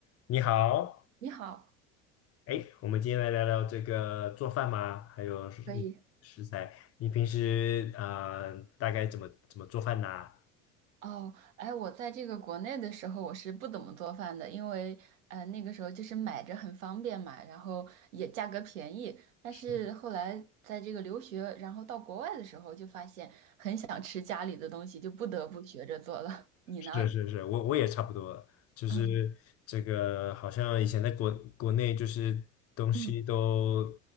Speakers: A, on the left (about 35°); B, on the right (about 75°).
A: 你好，
B: 你好，
A: 哎，我们今天来聊聊这个做饭吗？还有食
B: 可以
A: 食材，你平时啊，大概怎么怎么做饭呢？
B: 哦。哎，我在这个国内的时候，我是不怎么做饭的，因为呃那个时候就是买着很方便嘛，然后也价格便宜。但是后来在这个留学，
A: 是，
B: 然后到国外的时候，就发现想吃家里的东西，就不得不学着做了。<laughs> 你呢？
A: 是是是，我我也差不多了，就是这个好像以前在国国内就是东西都，
B: 嗯嗯